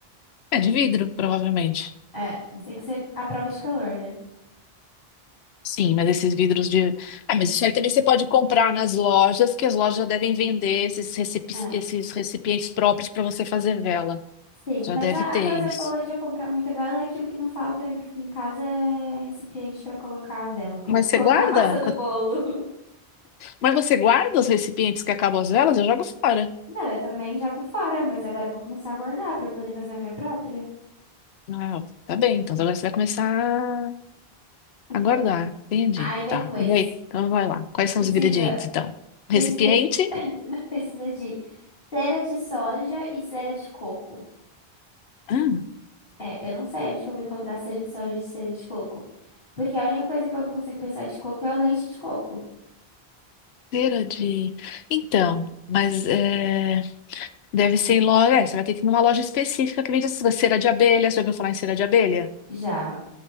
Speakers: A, on the left (about 85°); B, on the left (about 60°).
A: É de vidro, provavelmente.
B: É, mas tem que ser à prova de calor, né?
A: Sim, mas esses vidros de. Ah, mas isso aí também você pode comprar nas lojas, que as lojas já devem vender esses, recep-
B: É.
A: esses recipientes próprios para você fazer vela.
B: Sim,
A: Já
B: mas
A: deve
B: a,
A: ter
B: a coisa
A: isso.
B: boa de eu comprar muita vela é que o que não falta aqui em casa é recipiente para colocar a vela, como
A: Mas
B: <laughs> colocar
A: você guarda?
B: a massa do
A: Quando-
B: bolo.
A: Mas você guarda os recipientes que acabam as velas? Eu jogo fora.
B: Não, eu também jogo fora, mas agora eu vou começar a guardar pra eu poder fazer a minha própria.
A: Ah, tá bem. Então agora você vai começar
B: Então,
A: a guardar. Entendi.
B: aí depois
A: Tá. E aí? Então vai lá. Quais são
B: precisa
A: os ingredientes, então?
B: precisa
A: Recipiente.
B: <laughs> precisa de cera de soja e cera de coco.
A: Ah,
B: É, eu não sei onde que eu vou encontrar cera de soja e cera de coco, porque a única coisa que eu consigo pensar de coco é o leite de coco.
A: cera de. Então, mas é, deve ser em loja. É, você vai ter que ir numa loja específica que vende essas coisas. Cera de abelha. Você já ouviu falar em cera de abelha?
B: Já.